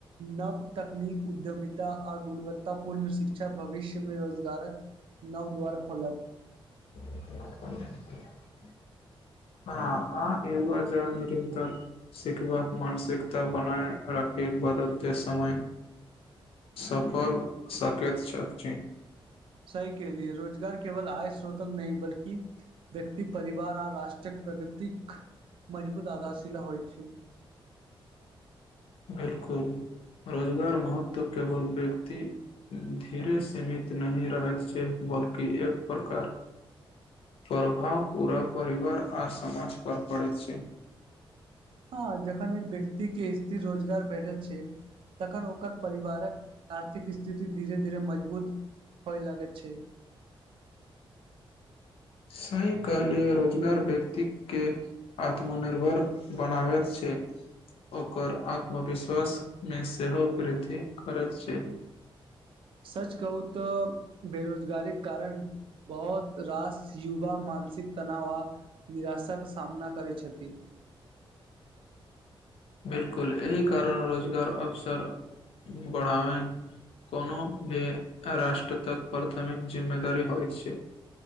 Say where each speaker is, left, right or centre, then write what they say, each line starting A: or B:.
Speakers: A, on the right; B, on the left.
A: नव तकनीक उद्यमिता आ गुणवत्ता पूर्ण शिक्षा भविष्यमे रोजगारक नव द्वार खोलत
B: हूं हँ आ एव ज निरतर सीखबाक मानसिकता बनाय रख ई बदलते समय सफल सकैत छथि
A: सही केलियै रोजगार केवल आय श्रोतक नहि बल्कि व्यक्ति परिवार आ राष्ट्रके प्रगतिक मजबूत आधारशिला होइ छै
B: बिलकुल रोजगार महत्व केवल व्यक्ति धीरे सीमित नहि रहैत छै बल्कि एक प्रकार परभाव पूरा परिवार आ समाज पर पड़ैत छै
A: हँ जखन एक व्यक्ति के स्थिर रोजगार भेटल छै तखन ओकर परिवारक आर्थिक स्थिति धीरे धीर मजबूत होइ लगै छै <inaudible>
B: सही कहले रोजगार व्यक्ति के आत्मनिर्भर बनाबैत छै ओकर आत्मविश्वास मे सेहो वृद्धि करैत छै
A: सच कहू तऽ बेरोजगारी कारण बहुत रास युवा मान मानसिक तनाव आ निराशाक सामना करैत छथि
B: बिलकुल एहि कारण रोजगार अवसर बढ़ाबै कोनो भी राष्ट्र तक प्राथमिक जिम्मेदारी होइ छै